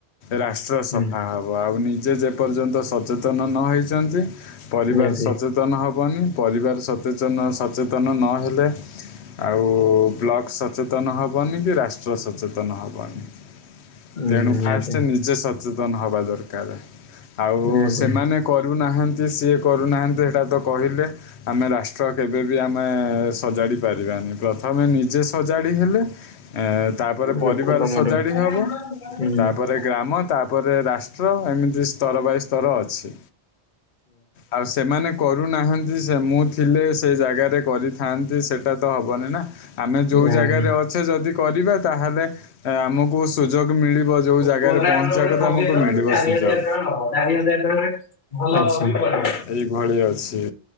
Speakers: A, on the left; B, on the left.
A: ରାଷ୍ଟ୍ର
B: ହୁଁ
A: ସଫା ହବ ଆଉ ନିଜେ ଯେ ପର୍ଯ୍ୟନ୍ତ ସଚେତନ ନ ହେଇଛନ୍ତି ପରିବାର
B: ନିହାତି
A: ସଚେତନ ସ ହେବନି ପରିବାର ସଚେତନ ନ ହେଲେ ଆଉ୍ ବ୍ଲ ସଚେତନ ହବନି କି ରାଷ୍ଟ୍ର ସଚେତନ ହବନି।
B: ହୁଁ
A: ତେଣୁ
B: ନିହାତି।
A: ଫାଷ୍ଟ ନିଜେ ସଚେତନ ହବା ଦରକାର। ଆଉ
B: ନିହାତି
A: ସେମାନେ କରୁନାହାନ୍ତି, ସିଏ କରୁନାହାନ୍ତି ଏଟା ତ କହିଲେ ଆମେ ରାଷ୍ଟ୍ର କେବେ ବି ଆମେ ସଜାଡି ପାରିବାନି, ପ୍ରଥମେ ନିଜେ ସଜାଡି ହେଲେ ତାପରେ ପରିବାର
B: ଲୋକ ତମଠୁ
A: ସଜାଡି ହବ
B: ହୁଁ ନିହାତି
A: ତାପରେ ଗ୍ରାମ। ତାପରେ ରାଷ୍ଟ୍ର ଏମିତି ସ୍ତର ବାଇ ସ୍ତର ଅଛି, ଆଉ ସେମାନେ କରୁନାହାନ୍ତି ସେ ମୁଁ ଥିଲେ ସେ ଜାଗାରେ କରିଥାନ୍ତି। ସେଇଟା ତ ହବନି ନା ଆମେ ଯୋଉ
B: ଯାହାହେଲେ।
A: ଜାଗାରେ ଅଛେ ଯଦି କରିବା ତାହେଲେ ଆମ କୁ ସୁଯୋଗ ମିଳିବ, ଯୋଉ ଜାଗାରେ
B: କୋରାଟ
A: ପହଞ୍ଚିବା
B: ରେ
A: କଥା
B: ଗୋଟେ
A: ଆମକୁ
B: ଲଗେଇଦବ
A: ମିଳିବ
B: ସେ
A: ସୁଯୋଗ।
B: ଚାରି ହଜାର ଟଙ୍କା ଭଲ ଟପ ବି ପଡେ।
A: ଏଇ ଘଳି ଅଛି।